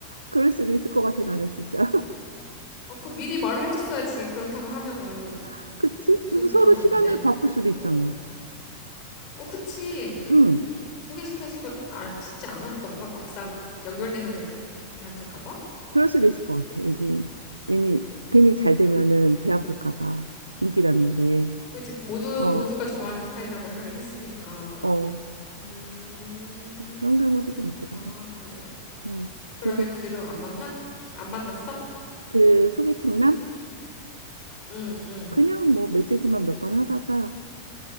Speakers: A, on the right; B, on the left.
A: 그럴 수도 있을 것 같아 나는 진짜
B: 어, 그 미리 말을 해줬어야지. 그렇다고 하면은.
A: <laughs> 그치?
B: 어, 요즘
A: 그리고
B: 그건
A: 서로
B: 아닌데?
A: 시간을 바꿀 수도
B: 어,
A: 있잖아
B: 어, 그치. 그,
A: 응
B: 그 소개시켜주고 아, 쉽지 않았던가? 막상 연결되면은 배 아플까 봐?
A: 그럴 수도 있을 것 같아 왜냐면 왜냐면 괜히 잘 되면은 배 아플까 봐 인기남인데
B: 그지? 모두,
A: 어
B: 모두가 좋아하는 스타일이라고 하긴 했으니까.
A: 어.
B: 음,
A: 그래서 그런 경우도 좀 있더라고
B: 아, 그래.
A: 음.
B: 그러면
A: 그래서
B: 그 뒤로 안 만나? 안 만났어?
A: 그 소개팅남?
B: 응, 응,
A: 그냥 뭐 메시지만 몇 번 하다가